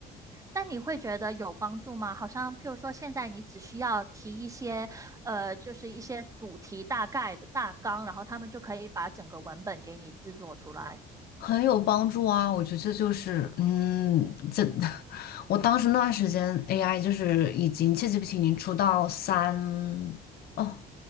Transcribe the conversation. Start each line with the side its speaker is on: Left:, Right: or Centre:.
Right: 但你会觉得有帮助吗？好像譬如说现在你只需要提一些，呃，就是一些主题大概的大纲，然后他们就可以把整个文本给你制作出来。
Left: 很有帮助啊。我觉得这就是，嗯，这 <laughs> 我当时那段时间 AI 就是已经 c 记 a t g 已经出到三哦